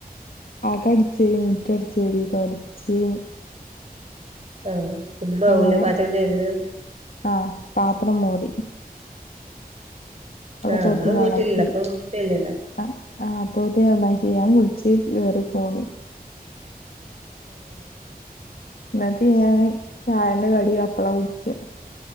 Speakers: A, on the left (about 70°); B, on the right (about 45°).
A: ആക അടിച്ചരി മുറ്റടിച്ചരി തുടച്ചി
B: ആഹ് ഉമ്മ
A: അങ്ങനെ
B: ഉള്ളിൽ പാത്രം തേക്കുന്നു.
A: ആഹ് പാത്രം മൂടി.
B: ആഹ്
A: തോത്തി
B: നമ്മള്
A: നന്നാക്കി
B: വീട്ടിലുള്ളപ്പോ. <unintelligible>
A: ആഹ് ആഹ് അതോത് നന്നാക്കി ഞാൻ വിളിച്ച് കേറി പോന്ന്.
B: ആഹ്
A: എന്നിട്ട് ഞാന് ചായന്റെ കടി അപ്പളാ കുടിച്ചേ.